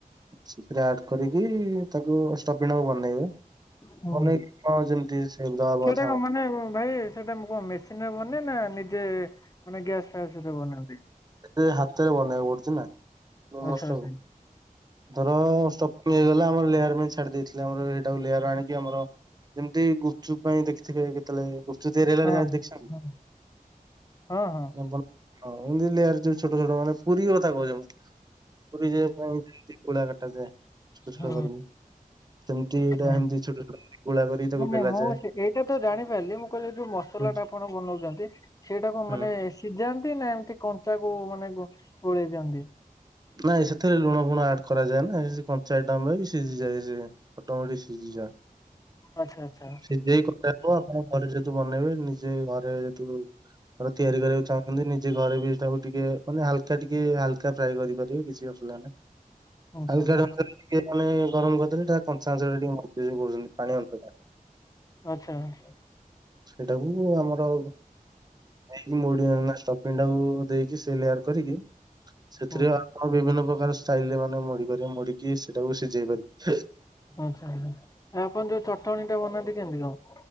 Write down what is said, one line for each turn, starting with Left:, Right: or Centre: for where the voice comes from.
Right: ସେଥିରେ ଆଡ କରିକି ତାକୁ ଷ୍ଟପିଣକୁ ବନେଇବେ।
Left: ହୁଁ
Right: ବନେଇକି ହଁ ଯେମିତି
Left: ସେଇଟା
Right: ସେପ୍ ଦବା କଥା
Left: କଣ ମାନେ ଭାଇ ସେଇଟା ମୁଁ କଣ ମେସିନ ରେ ବନେଇବେ ନା ନିଜେ ମାନେ ଗ୍ୟାସ୍ ଫ୍ୟାସ୍ ବନାନ୍ତି?
Right: ଏ ହାତରେ ବନେଇବାକୁ ପଡୁଛି ନା। ମୋମୋସ୍
Left: ଆଛା
Right: ଟାକୁ।
Left: ଆଛା।
Right: ଧର ଷ୍ଟପିଂ ହେଇଗଲା ଆମର ଲେୟାର ପାଇଁ ଛାଡି ଦେଇଥିଲେ ଆମର ସେଇଟାକୁ ଲେୟାର ଆଣିକି ଆମର ଯେମିତି ଗୁପଚୁପ ପାଇଁ ଦେଖିଥିବେ କେତେବେଳେ ଗୁ ଯଦି ରେଳରେ
Left: ହଁ
Right: ଯାଏ ଦେଇଛନ୍ତି
Left: ହଁ ହଁ। ହଁ ହଁ
Right: ନା <unintelligible> ହଁ ଏମିତି ଲେୟାର ଯୋଉ ଛୋଟ ଛୋଟ ମାନେ ପୁରୀ କଥା କହୁଛି ମୁଁ ପୁରୀ ଯିବା ପାଇଁ ଏମିତି ଗୁଳା କଟାଯାଏ ଛୋଟ ଛୋଟ
Left: ହଁ
Right: କରିକି। ସେମିତି ଏଇଟା
Left: ହଁ
Right: ଏମିତି ଛୋଟ ଛୋଟ କରି ଗୁଳା କରିକି ତାକୁ
Left: ନାଇଁ
Right: ବେଲାଯାଏ।
Left: ନାଇଁ ମୁଁ ସେ ଏଇଟା ତ ଜାଣିପାରିଲି ମୁଁ କହିଲି ଯୋଉ ମସଲା
Right: ହୁଁ
Left: ଟା କଣ ବନଉଛନ୍ତି ସେଇଟାକୁ
Right: ହୁଁ
Left: ମାନେ ସିଝାନ୍ତି ନା ଏମିତି କଞ୍ଚା କୁ ମାନେ ମାନେ ଗୋ ଗୋଳେଇ ଦିଅନ୍ତି।
Right: ନାଇଁ ସେଥିରେ ଲୁଣ ଫୁଣ ଆଡ କରାଯାଏ ନା ସେ କଞ୍ଚା ଆଇଟମ୍ ରେ ବି ସିଝିଯାଏ ସେ ଅଟୋ ମେଟିକି ସିଝିଯାଏ।
Left: ଆଚ୍ଛା ଆଚ୍ଛା।
Right: ସିଜେଇ କଞ୍ଚା ହବ ଆପଣ ଘରେ ଯେହେତୁ ବନେଇବେ ନିଜେ ଘରେ ଯେହେତୁ। ତିଆରି କରିବାକୁ ଚାହୁଁଛନ୍ତି ନିଜେ ଘରେ ବି ତାକୁ ଟିକେ ମାନେ ହାଲକା ଟିକେ ହାଲକା ଫ୍ରାଏ କରିବେ କିଛି ଅସୁବିଧା ନାହିଁ।
Left: ଆଚ୍ଛା
Right: <inaudible> ହା ଟ ମାନେ ଗରମ କରିଦେଲେ ତା କଞ୍ଚା ଅଂଶ ଟିକେ ମ <unintelligible> କରଛନ୍ତି ପାଣି <unintelligible>
Left: ଆଛା ଆଚ୍ଛା।
Right: ସେଇଟାକୁ ଆମର ହୁଁ <unintelligible> ଟାକୁ ଦେଇକି ସେ ଲେୟାର କରିକି <unintelligible> ସେଥିରେ
Left: ହୁଁ
Right: ଆପଣ ବିଭିନ୍ନ ପ୍ରକାର ଷ୍ଟାଇଲରେ ମାନେ ମଡି ପାରିବେ ମଡିକି ସେଟାକୁ ସିଝେଇ ପାରିବେ।
Left: ଆଚ୍ଛା ଆପଣ ଯୋଉ ଚଟଣି ଟା ବନାନ୍ତି କେମିତି କଣ?